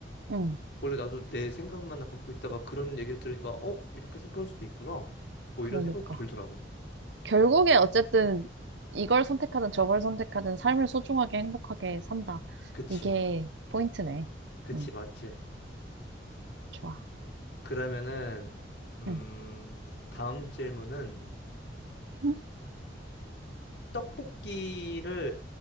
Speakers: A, on the right; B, on the left.
A: 응,
B: 원래 나도 내 생각만 갖고 있다가 그런 얘기를 들으니까, 어? 이렇게 생각할 수도 있구나. 뭐
A: 그러니까.
B: 이런 생각도 들더라고.
A: 결국에 어쨌든 이걸 선택하든 저걸 선택하든 삶을 소중하게 행복하게 산다.
B: 그치.
A: 이게 포인트네.
B: 그치,
A: 응,
B: 맞지.
A: 좋아.
B: 그러면은, 음,
A: 응,
B: 다음 질문은
A: 응,
B: 떡볶이를